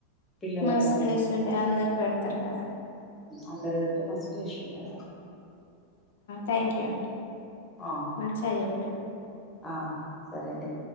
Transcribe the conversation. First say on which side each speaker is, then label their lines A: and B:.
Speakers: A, on the left (about 20°); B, on the left (about 55°).
A: పిల్లలకు
B: మస్తు
A: గాని
B: టేస్ట్ ఉంటాయి అందరికి పెడతారు కదా
A: అందరూ పెడితే మస్తు టేస్ట్ ఉంటది
B: థ్యాంక్
A: అదే
B: యూ అండి
A: ఆ
B: మంచిగా చెప్పారు
A: ఆ సరే అండి